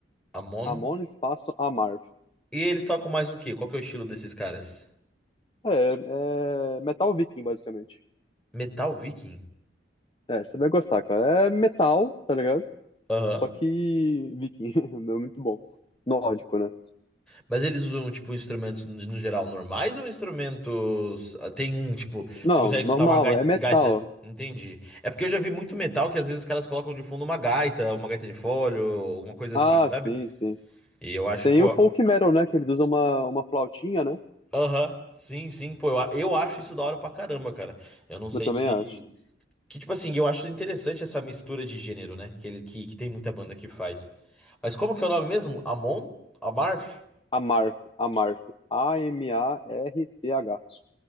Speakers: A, in the centre; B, on the left.
A: Amon.
B: Amon espaço Amarth.
A: E eles tocam mais o quê? Qual que é o estilo desses caras?
B: É, é metal viking, basicamente.
A: Metal Viking?
B: É, você vai gostar, cara. É metal, tá ligado?
A: Aham.
B: Só que viking, <laughs> é muito bom. Nórdico, né?
A: Mas eles usam, tipo, instrumentos no no geral normais ou instrumentos. ah, Tem, um, tipo,
B: Não,
A: você consegue
B: normal,
A: soltar uma gai-
B: é metal.
A: gaita. Entendi. É porque eu já vi muito metal que às vezes os caras colocam de fundo uma gaita, uma gaita de fole, ou alguma coisa assim,
B: Ah,
A: sabe?
B: sim, sim.
A: E eu acho,
B: Tem
A: pô.
B: o folk metal, né? Que eles usam uma, uma flautinha, né?
A: Aham, sim, sim, pô. Eu, a- eu acho isso da hora pra caramba, cara. Eu não sei
B: Eu também
A: se.
B: acho.
A: Que, tipo assim, eu acho interessante essa mistura de gênero, né? Que, ele, que, que tem muita banda que faz. Mas como que é o nome mesmo? Amon? Amarth?
B: Amarth, Amarth. A-M-A-R-C-H.